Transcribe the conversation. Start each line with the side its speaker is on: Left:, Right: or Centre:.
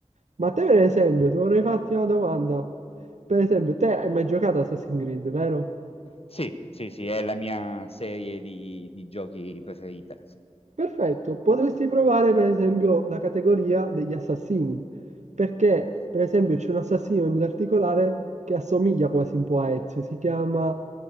Right: Ma a te, per esempio, ti vorrei farti una domanda. Per esempio, te hai mai giocato a Assassin's Creed, vero?
Left: Sì, sì, sì, è la mia serie di, di giochi preferita.
Right: Perfetto, potresti provare per esempio la categoria degli assassini, perché
Left: Mm.
Right: per esempio c'è un assassino in particolare che assomiglia quasi un po' a Ezio, si chiama